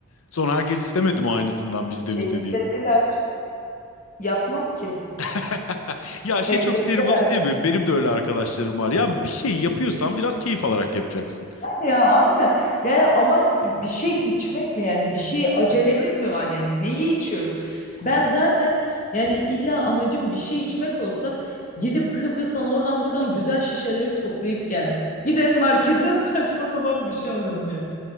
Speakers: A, on the left; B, on the left.
A: Sonra herkes istemedi mi aynısından bizde
B: E,
A: bizde
B: istediler.
A: diye.
B: Yapmam ki.
A: <laughs> Ya şey
B: Beklettiler.
A: çok sinir bozucu değil mi? Benim de öyle arkadaşlarım var. Ya bir şey yapıyorsan biraz keyif alarak yapacaksın.
B: Ya aynen. Yani amaç bir şey içmek mi yani bir şey acelemiz mi var yani neyi içiyoruz? Ben zaten yani illa amacım bir şey içmek olsa gidip Kıbrıs'tan oradan buradan güzel şişeleri toplayıp gelmem. Giderim marketten <laughs> saçma sapan bir şey alırım yani.